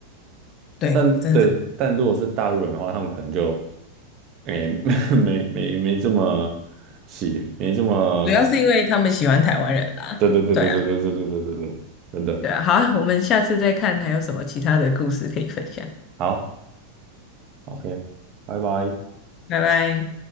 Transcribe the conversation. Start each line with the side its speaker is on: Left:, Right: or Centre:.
Left: 对，
Right: 但对，
Left: 真的真的
Right: 但如果是大陆人的话，他们可能就诶、<laughs> 没没没没这么喜，没这么。
Left: 主要是因为他们喜欢台湾人啦。
Right: 对对对对对对对对对对对，
Left: 对啊，
Right: 真的
Left: 对啊，好啊，我们下次再看还有什么其他的故事可以分享。
Right: 好，OK，拜拜。
Left: 拜拜。